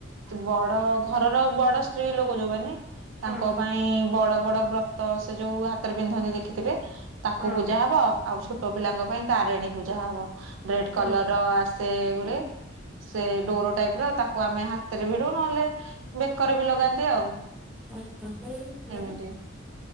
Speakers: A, on the right; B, in the centre.
A: ବଡ ଘରର ବଡ। ସ୍ତ୍ରୀ ଲୋକ ଯୋଉମାନେ
B: ହଁ
A: ତାଙ୍କ
B: ହଁ
A: ପାଇଁ ବଡ ବଡ ବ୍ରତ ସେ ଯୋଉ ହାତରେ ପିନ୍ଧନ୍ତି ଦେଖିଥିବେ। ତାକୁ
B: ହଁ
A: ପୂଜା ହବ ଆଉ ଛୋଟ ପିଲାଙ୍କ ପାଇଁ ତାରିଣୀ ପୂଜା ହବ ରେଡ
B: ହଁ
A: କଲର ର ଆସେ ଗୋ।
B: ହଁ
A: <unintelligible> ସେ ଡୋର ଟାଇପ ର ତାକୁ ଆମେ ହାତରେ ଭିଡୁ ନହେଲେ ବେକରେ ବି ଲଗାନ୍ତି ଆଉ।
B: ଆଛା <inaudible>
A: ଏମିତି